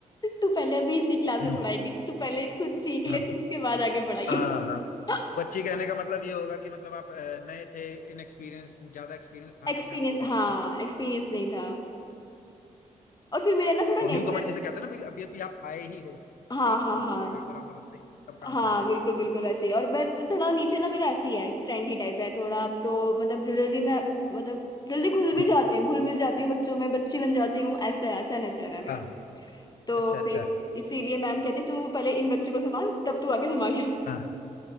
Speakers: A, on the left; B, on the left.
A: तू पहले अभी इसी क्लास
B: हम्म
A: में पढ़ाएगी तो तू पहले कुछ सीख ले
B: हम्म,
A: तो उसके बाद आगे पढ़ाइए
B: हाँ हाँ
A: <laughs>
B: बच्ची कहने का मतलब ये होगा कि मतलब आप अ, नए थे इनएक्सपीरियंस ज्यादा एक्सपीरियंस था
A: एक्सपीरियंस
B: नहीं आपको इन सब
A: हाँ
B: का
A: एक्सपीरियंस नहीं था और फिर मेरा ना थोड़ा
B: तो
A: नेचर
B: न्यू कमर जिसे कहते हैं ना अभी अभी अभी आप आए ही हो
A: हाँ
B: सीख
A: हाँ
B: तो लो
A: हाँ
B: राम राम नमस्ते सब काम
A: हाँ
B: करोगे
A: बिल्कुल बिल्कुल वैसे ही और मैं थोड़ा नीचे ना मेरा ऐसे ही है फ्रेंडली टाइप है थोड़ा अब तो मतलब जल्दी जल्दी मैं मतलब जल्दी घुल
B: हम्म,
A: भी जाती हूँ घुल मिल जाती हूँ बच्चों में बच्ची बन जाती हूँ ऐसा ऐसा नेचर है मेरा
B: हाँ
A: तो
B: अच्छा अच्छा
A: फिर इसीलिए मैम कहती तू पहले इन बच्चों को संभाल तब तू आगे संभाल
B: हाँ